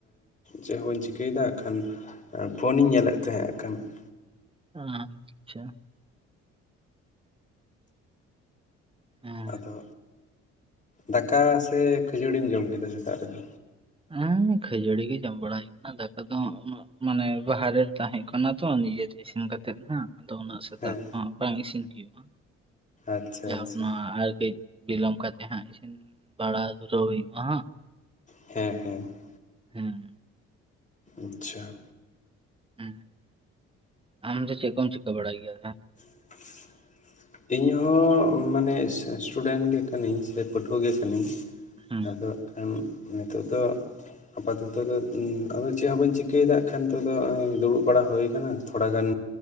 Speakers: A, on the left; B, on the right.
A: ᱪᱮᱫ ᱦᱚᱸ ᱵᱟᱹᱧ ᱪᱤᱠᱟᱹᱭᱮᱫ-ᱟ ᱾ ᱠᱷᱟᱱ ᱯᱷᱳᱱᱤᱧ ᱧᱮᱞᱮᱫ ᱛᱟᱦᱮᱸ ᱠᱷᱟᱱ ᱾
B: ᱟᱻ ᱟᱪᱪᱷᱟ ᱾ ᱦᱮᱸ
A: ᱟᱫᱚ ᱫᱟᱠᱟ ᱥᱮ ᱠᱷᱟᱹᱡᱟᱹᱲᱤᱢ ᱡᱚᱢ ᱠᱮᱫᱟ ᱥᱮᱛᱟᱜ ᱨᱮᱫᱚ?
B: ᱦᱮᱸ ᱠᱷᱟᱹᱡᱟᱹᱲᱤ ᱜᱮ ᱡᱚᱢ ᱵᱟᱲᱟ ᱦᱩᱭᱩᱜ ᱠᱟᱱᱟ ᱫᱟᱠᱟ ᱫᱚ ᱩᱱᱟᱹᱜ ᱢᱟᱱᱮ ᱵᱟᱦᱟᱨᱮ ᱛᱟᱦᱮᱸ ᱠᱟᱱᱟ ᱛᱚ ᱱᱤᱡᱮ ᱛᱮ ᱤᱥᱤᱱ ᱠᱟᱛᱮᱫ ᱱᱟᱦᱜ ᱟᱫᱚ ᱩᱱᱟᱹᱜ ᱥᱮᱛᱟᱜ
A: ᱦᱮᱸ
B: ᱛᱚᱦᱟᱸᱜ ᱵᱟᱝ ᱤᱥᱤᱱ ᱦᱩᱭᱩᱜᱼᱟ᱾
A: ᱟᱪᱪᱷᱟ
B: ᱡᱟᱠ
A: ᱟᱪᱪᱷᱟ
B: ᱚᱱᱟ ᱟᱨ ᱠᱟᱹᱡ ᱵᱤᱞᱚᱢ ᱠᱟᱛᱮᱜ ᱦᱟᱸᱜ ᱤᱥᱤᱱ ᱵᱟᱲᱟ ᱫᱷᱩᱨᱟᱹᱣ ᱦᱩᱭᱩᱜᱼᱟ ᱦᱟᱸᱜ ᱾
A: ᱦᱮᱸ ᱦᱮᱸ ᱾
B: ᱦᱩᱸ ᱾
A: ᱟᱪᱪᱷᱟ ᱾
B: <unintelligible> ᱟᱢ ᱫᱚ ᱪᱮᱜ ᱠᱚᱢ ᱪᱤᱠᱟᱹ ᱵᱟᱲᱟᱭ ᱜᱮᱭᱟ?
A: <inaudible> ᱤᱧ ᱦᱚᱸ ᱢᱟᱱᱮ ᱤᱥᱴᱩᱰᱮᱱᱴ ᱜᱮ ᱠᱟᱹᱱᱟᱹᱧ ᱥᱮ ᱯᱟᱹᱴᱷᱩᱣᱟᱹ ᱜᱮ ᱠᱟᱹᱱᱟᱹᱧ ᱾
B: ᱦᱮᱸ
A: ᱟᱫᱚ ᱠᱷᱟᱱ ᱱᱤᱛᱚᱜ ᱫᱚ ᱟᱯᱟᱛᱚᱛᱚ ᱟᱫᱚ ᱪᱮᱫ ᱦᱚᱸ ᱵᱟᱹᱧ ᱪᱤᱠᱟᱹᱭᱮᱫᱟ ᱦᱟᱸᱜ-ᱠᱷᱟᱱ ᱱᱤᱛᱚᱜ ᱫᱚ ᱫᱩᱲᱩᱵ ᱵᱟᱲᱟ ᱦᱩᱭᱩ ᱟᱠᱟᱱᱟ ᱾ ᱛᱷᱚᱲᱟ ᱜᱟᱱ